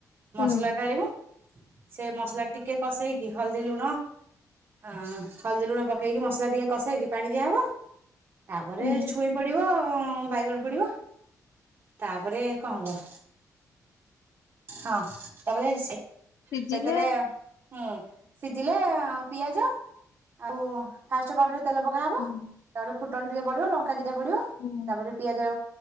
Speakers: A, on the left; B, on the right.
A: ହୁଁ
B: ମସଲା ଢାଳିବୁ ସେ ମସଲା ଟିକେ କଷେଇକି ହଳଦୀ ଲୁଣ ଅଁ ହଳଦୀ ଲୁଣ ପକେଇକି, ମସଲା ଟିକେ କସେଇକି, ପାଣି ଦିଆହବ ତାପରେ
A: ହୁଁ
B: ଛୁଇଁ ପଡିବ ବାଇଗଣ ପଡିବ ତାପରେ କଣ ହବ। ହଁ ତାପରେ ସେଥିରେ
A: ସିଝିଲେ
B: ହୁଁ, ସିଝିଲେ ପିଆଜ ଆଉ ଫାଷ୍ଟେ କଡ଼ରେତେଲ ପକାହବ।
A: ହୁଁ
B: ତାପରେ ଫୁଟଣ ଟିକେ ବଢିବ, ଲଙ୍କା ଦିଟା ବଢିବ
A: ହୁଁ
B: ତାପରେ ପିଆଜ